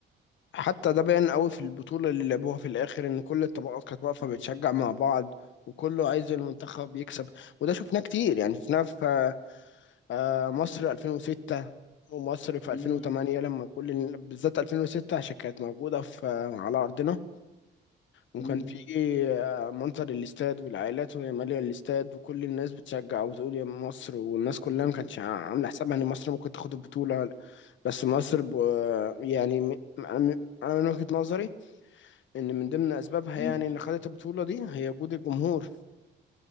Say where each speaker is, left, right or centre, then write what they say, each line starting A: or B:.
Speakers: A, on the left; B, on the left.
A: حتى ده باين قوي في البطولة اللي لعبوها في الآخر إن كل الطبقات كانت واقفة
B: مم.
A: بتشجع مع بعض وكله عايز المنتخب يكسب وده شفناه كتير يعني شفناه في آه، آه، مصر 2006 ومصر في
B: مم.
A: 2008 لما كل بالذات 2006 عشان كانت موجودة في آه، على أرضنا وكان
B: مم.
A: في منظر الاستاد والعائلات وهي مالية الاستاد وكل الناس بتشجع وتقول يا مصر والناس كلها ما كانتش عاملة حسابها ان مصر ممكن تاخد البطولة بس مصر ب... آه، يعني م... م- انا من وجهة نظري ان من ضمن اسبابها
B: مم.
A: يعني ان خدت البطولة دي هي وجود الجمهور